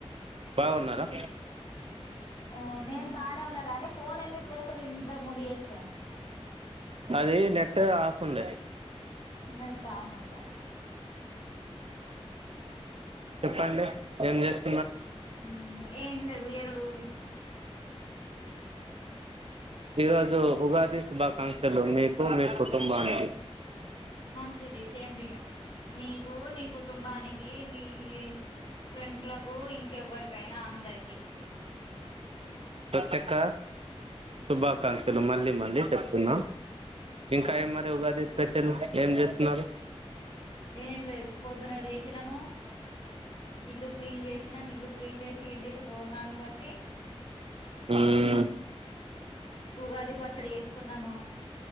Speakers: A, on the right; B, on the left.
A: బాగున్నారా
B: ఆ నేను బాగనే ఉన్న గాని ఫోన్ ఎందుకు లేపలేదు ఇంతగకు ముందు చేస్తే
A: నాది నెట్ ఆఫ్ ఉండే
B: నెట్ ఆఫ్ ఉండే అట
A: చెప్పండి ఏం చేస్త్
B: మ్మ్ ఏం లేదు ఉయల లు ఊగుతున్నా
A: ఈరోజు ఉగాది శుభాకాంక్షలు మీకు మీ కుటుంబానికి
B: మంచిది సేమ్ టు యు నీకు నీ కుటుంబానికి నీ ఇ ఫ్రెండ్స్ లకు ఇంకెవ్వరికైనా అందరికి
A: ప్రత్యక శుభాకాంక్షలు మళ్ళీ మళ్ళీ చెప్పుతున్నా ఇంకా
B: మంచిది
A: ఏం మరి ఉగాది స్పెషల్ ఏం చేస్తున్నారు
B: ఏం లేదు పొద్దున లేచినాము ఇల్లు క్లీన్ చేసినం ఇల్లు క్లీన్ చేసి ఇంటికి తోరణాలు కట్టి
A: మ్మ్
B: ఉగాది పచ్చడి ఏసుకున్నాము